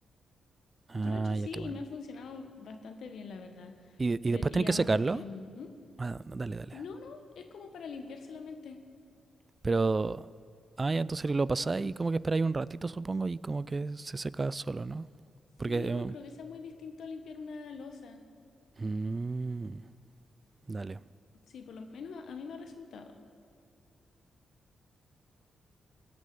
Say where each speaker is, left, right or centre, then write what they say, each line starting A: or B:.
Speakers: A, on the right; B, on the left.
A: Ah,
B: Yo lo he hecho así
A: ya qué bueno.
B: y me ha funcionado bastante bien, la verdad.
A: Y,
B: Pero,
A: y después
B: y
A: tenés
B: además
A: que secarlo.
B: porque... ¿Mm?
A: Ah, no, dale, dale.
B: No, no, es como para limpiar solamente.
A: Pero. Ah, ya entonces lo pasáis y como que esperáis un ratito, supongo, y como que se seca solo, ¿no?
B: Sí,
A: Porque. eh,
B: no creo que sea muy distinto a limpiar una losa.
A: mm, dale.
B: Sí, por lo menos a, a mí me ha resultado.